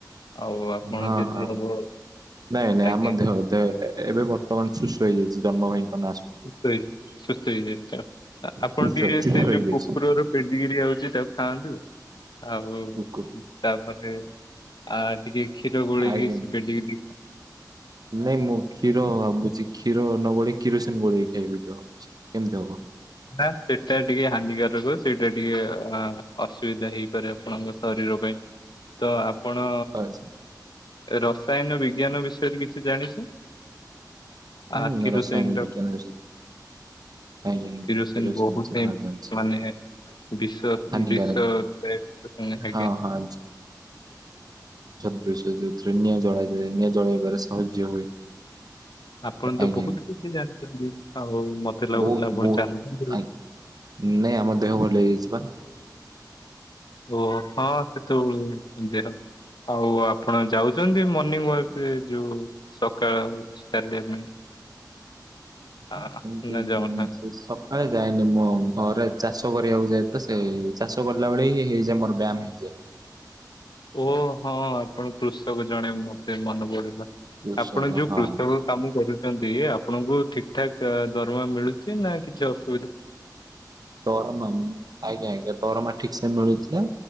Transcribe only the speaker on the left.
ଆଉ ଆପଣ
ଯଦି
ହବ
ଆଜ୍ଞା
ସୁସ୍ଥ ହେଇ ସୁସ୍ଥ ହେଇଯାଇଥିବ। ଆ-ଆପଣ
ଟିକେ
ସେ
ଯୋଉ କୁକୁରର ପେଣ୍ଡିକିରି ଆଉଚି ତାକୁ ଖାଆନ୍ତୁ। ଆଉ
ତାପରେ ଆ ଟିକେ କ୍ଷୀର ଗୋଲେଇକି
ସେପେ ଟିକେ
ନା ସେଟା ଟିକେ ହାନିକାରକ ସେଇଟା ଟିକେ ଅ ଅସୁବିଧା ହେଇପାରେ ଆପଣଙ୍କ ଶରୀର ପାଇଁ ତ ଆପଣ
ରସାୟନ ବିଜ୍ଞାନ ବିଷୟରେ କିଛି ଜାଣିଛୁ
ଆକ୍ଷି
ହୁସନା
କିରୋସିଂ
ବହୁତ ହିଁ
ମାନେ ବିଶ
ବିଷଆଜ୍ଞା
ଆପଣ ତ
ବହୁତ କିଛି ଜାଣିଛନ୍ତି ଆଉ ମତେ ଲାଗୁଥିଲା
ଆପଣ
ଜାଣିଛନ୍ତି
ଓ ହଁ ସେତ ଦେ ଆଉ ଆପଣ ଯାଉଛନ୍ତି ମର୍ଣିିଂ ୱାକରେ ଯୋଉ ସକାଳ ଚାଲିବା ପାଇଁ। ଆ
ନା ଜଗନ୍ନାଥ
ଓ ହଁ ଆପଣ କୃଷକ ଜଣେ ମତେ ମନେ ପଡିଲ
ଆପଣ ଯୋଉ
କୃଷକ କାମ କରୁ ଆପଣଙ୍କୁ ଠିକ ଠାକ୍ ଦରମା ମିଳୁଛି ନା କିଛି ଅଧା